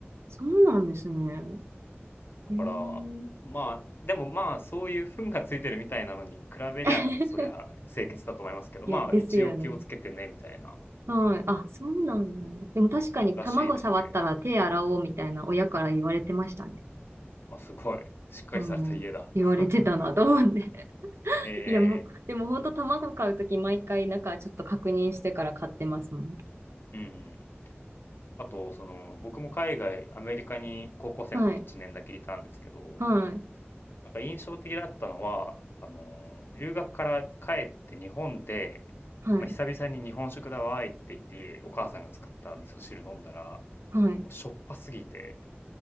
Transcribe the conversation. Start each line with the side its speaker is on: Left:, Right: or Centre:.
Right: そうなんですね。
Left: だから、
Right: へえ。
Left: まあ、でもまあそういう糞がついてるみたいなのに比べりゃ、
Right: <laughs>
Left: そりゃ清潔だと思いますけど、
Right: いや、
Left: まあ一応気をつけてね、
Right: ですよね。
Left: みたいな、
Right: はい。あ、そうなんだ。でも確かに卵触ったら手洗おうみたいな親から言われてましたね。
Left: らしいですね。あ、すごい。しっかりされた家だ。
Right: うん、言われてたなと思って。
Left: <laughs>
Right: <laughs>
Left: え
Right: いや、もう、でも本当卵買うとき毎回中ちょっと確認してから買ってますもん。
Left: え、うん。あと、その、僕も海外、アメリカに高校生の時1年だけいたんですけど、
Right: はい、はい、
Left: なんか印象的だったのは、あの、留学から帰って日本で、
Right: はい、
Left: まあ、久々に日本食だわーいって言って、お母さんが作った味噌汁飲んだら、
Right: はい。
Left: もうしょっぱすぎて